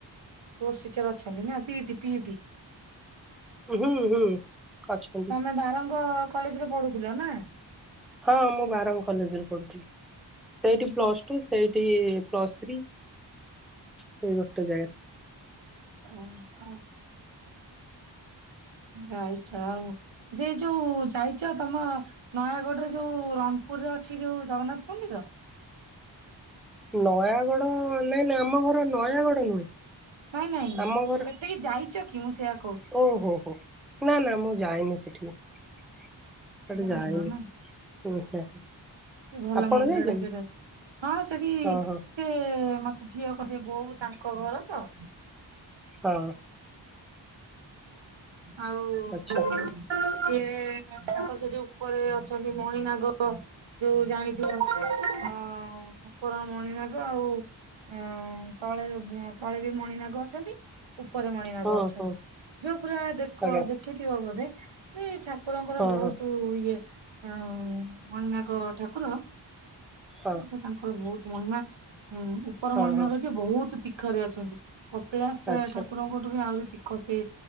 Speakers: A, on the right; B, in the centre.
A: ପୋଷ ଟିଚର ଅଛନ୍ତି ନା ପି ଟି ପି ଟି।
B: ଉଁ ହୁଁ ହୁଁ। ଅଛନ୍ତି
A: ତମେ ବାରଙ୍ଗ କଲେଜ ରେ ପଢୁଥିଲ ନା?
B: ହଁ ମୁଁ ବାରଙ୍ଗ କଲେଜରେ ପଢୁଥିଲି। ସେଇଠି ପ୍ଲସ ଟୁ ସେଇଠି ପ୍ଲସ ଥ୍ରୀ। ସେଇ ଗୋଟେ ଜାଗାରେ।
A: ଅ ଅ। ଯାଇଛ ଆଉ ସେ ଯୋଉ ଯାଇଛ ତମ। ନୟାଗଡରେ ଯୋଉ ରଣପୁରରେ ଅଛି ଯୋଉ ଜଗନ୍ନାଥ ମନ୍ଦିର।
B: ନୟାଗଡ ନାଇ ନାଇ ଆମ ଘର ନୟାଗଡ ନୁହେଁ।
A: ନାଇଁ ନାଇଁ
B: ଆମ ଘର
A: ସେଠିକି ଯାଇଛ କି? ମୁଁ ସେୟା କହୁଛି।
B: ଓହୋ ହୋ ନା ନା ମୁଁ ଯାଇନି ସେଠିକି ସେଠି
A: ଯାଇନ
B: ଯାଇନି।
A: ନା
B: ହୁଁ <unintelligible>
A: ଭଲ
B: ଆପଣ
A: ମନ୍ଦିର
B: ଯାଇଛନ୍ତି
A: ଟା ସେଇଟା ସେଟି ଅଛି ହଁ ସେଠି
B: ହଁ ହଁ
A: ସିଏ ମତେ ଝିଅ କରଚି ବୋଉ ତାଙ୍କ ଘର ତ
B: ହଁ।
A: ଆଉ ସିଏ
B: ଆଚ୍ଛା
A: ତାଙ୍କ ସେଠି ଯୋଉ ଉପରେ ଅଛନ୍ତି ମଣିନାଗ। ଯୋଉ ଜାଣିଥିବ ଅ ଉପର ମଣିନାଗ ଆଉ ଅ ତଳେ ତଳେ ଯୋଉ ମଣିନାଗ ଅଛନ୍ତି ଉପରେ ମଣିନାଗ
B: ହଁ
A: ଅଛନ୍ତି।
B: ହଁ
A: ଯୋଉ ପୁରା ଦେଖ
B: ଆଜ୍ଞା
A: ଦେଖିଥିବ ବୋଧେ ଏଇ ଠାକୁରଙ୍କର
B: ହଁ
A: ବହୁତୁ
B: ହଁ
A: ଇଏ ଆଉ ମଣିନାଗ ଠାକୁର
B: ହଁ।
A: ସେ ତାଙ୍କର ବହୁତ ମହିମା ଉଁ ଉପର
B: ହଁ
A: ମଣିନାଗ
B: ହଁ
A: ଯେ ବହୁତ ତୀଖରେ ଅଛନ୍ତି। କପିଳାସ
B: ଆଚ୍ଛା
A: ଠାକୁରଙ୍କଠୁ ବି ଆହୁରି ତୀଖ ସେ